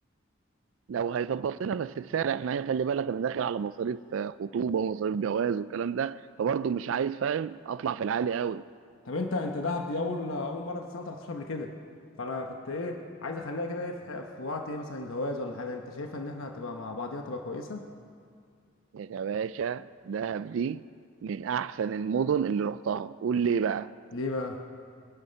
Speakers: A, on the right (about 65°); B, on the left (about 80°).
A: لو هيظبط لنا بس بسعر احنا يعني خلي بالك انا داخل على مصاريف آه، خطوبه ومصاريف جواز والكلام ده فبرضه مش عايز فاهم اطلع في العالي قوي
B: طب انت انت دهب دي اول اول مرة سنة 13 قبل كده فانا كنت ايه عايز اخليها كده ايه في, ح- في وقت ايه مثلا جواز ولا حاجة انت شايفها ان احنا هتبقى مع بعضينا تبقى كويسة
A: يا باشا دهب دي من احسن المدن اللي رحتها قول ليه بقى
B: ليه بقى